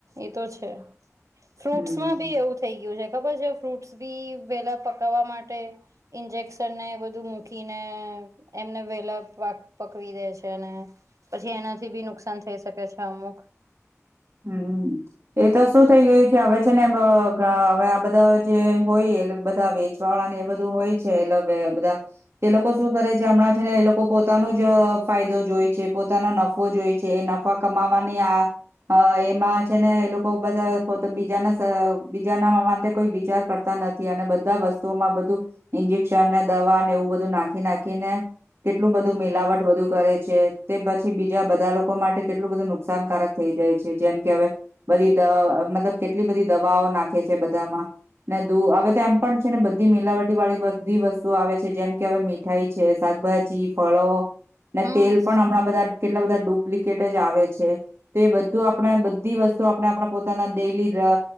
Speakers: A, on the right; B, on the right.
A: એતો છે, ફ્રૂટ્સમાં
B: હમ
A: બી એવું થઈ ગયું છે, ખબર છે. ફ્રૂટ્સ બી વેલા પકાવવા માટે ઇન્જેક્શનને બધું મૂકીને. એમના વેલા પાક પકવી દે છે ને પછી એનાથી બી નુકસાન થઈ શકે છે અમુક.
B: હમ, એ તો શું થઇ ગયું અવે છે ને હવે આ બધા જે હોય બધા વેચવાવાળા ને એ બધું હોય છે. એલો બે બધા તે લોકો શુ શું કરે છે હમણાં છે ને એ લોકો પોતાનું જ ફાયદો જોય છે પોતાનો નફો જોય છે એ ન ફા કમાવાની આ હ, એમાં છે ને એ લોકો બધા પો બીજાના બીજાના અમાં તે કોઈ વિચાર કરતા નથી અને બધા વસ્તુઓમાં બધું ઇન્જેક્શન ને દવા એવું બધું નાખી નાખીને કેટલું બધું મિલાવટ બધું કરે છે તે પછી બીજા બધા લોકો માટે કેટલું બધું નુકસાનકારક થઈ જાય છે. જેમ કે હવે બધી દ મતલબ કેટલી બધી દવાઓ નાખે છે બધામાં. ને દુ હવે તો એમ પણ છે ને બધી મિલાવટી વાળી બધી વસ્તુ આવે છે જેમ કે હવે મી થાય છે શાકભાજી, ફળો ને
A: હમ
B: તેલ પણ હમણાં બધા કેટલા બધા ડુપ્લિકેટ જ આવે છે તે બધ આપણે બધી વસ્તુ આપણે આપણે પોતાના ડેલી અ